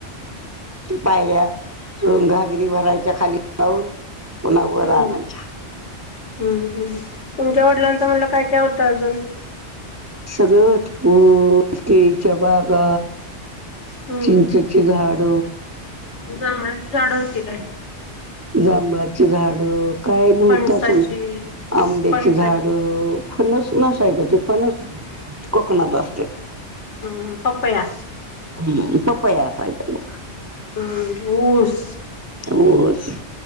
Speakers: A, on the right; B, on the left.
A: पायऱ्या चढून घागरी भरायच्या खाली जाऊन पुणा वर
B: हम्म
A: आणयच्या
B: हम्म हम् तुमच्या वडिलांचं म्हणलं काय काय होतं अजून
A: सगळं होत ऊस केळीच्या बागा
B: हम्म
A: चिंचेचे झाड
B: जांभळाची झाडं होती काय?
A: जांभळाची झाड काय नव्हत
B: फणसाची
A: असून आंब्याची
B: फणसाची
A: झाड, फणस नसायच ते फणस कोकणात असत्यात.
B: हम्म पपया.
A: ह् पपया असायचा.
B: ह ऊस
A: ऊस